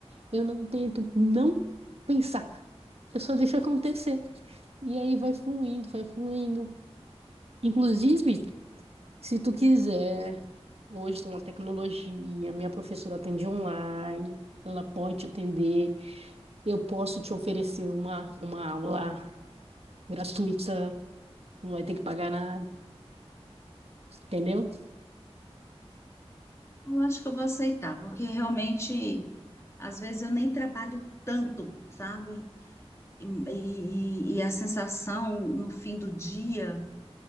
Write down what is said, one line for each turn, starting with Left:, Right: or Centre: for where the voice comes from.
Right: Eu não tento não pensar. Eu só deixo acontecer. E aí vai fluindo, vai fluindo. Inclusive, se tu quiser, hoje com a tecnologia, minha professora atende online, ela pode te atender. Eu posso te oferecer uma, uma aula gratuita, não vai ter que pagar nada, entendeu?
Left: Eu acho que eu vou aceitar, porque realmente, às vezes, eu nem trabalho tanto, sabe? E, e, e a sensação no fim do dia.